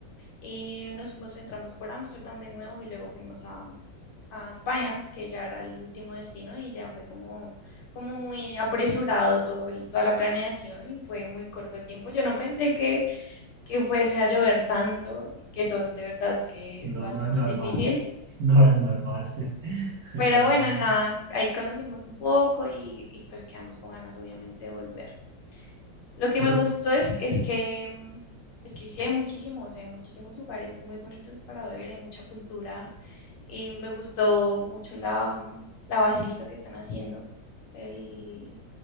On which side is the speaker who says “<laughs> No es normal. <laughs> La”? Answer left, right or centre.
Right